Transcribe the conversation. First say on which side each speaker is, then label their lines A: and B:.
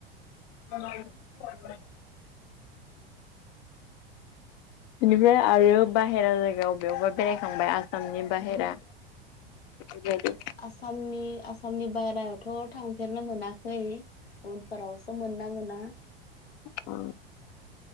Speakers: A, on the left; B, on the left.
A: <unintelligible> बेनिफ्राय आरो बाहेरा जायगायाव बेयावबा बेरायखांबाय आसामनि बाहेरा
B: <inaudible>
A: बेबायदि
B: आसामनि आसामनि बायेरायावथ थांफेरनो मोनाखै उनफोरावसो मोनोना मोना। बा
A: औ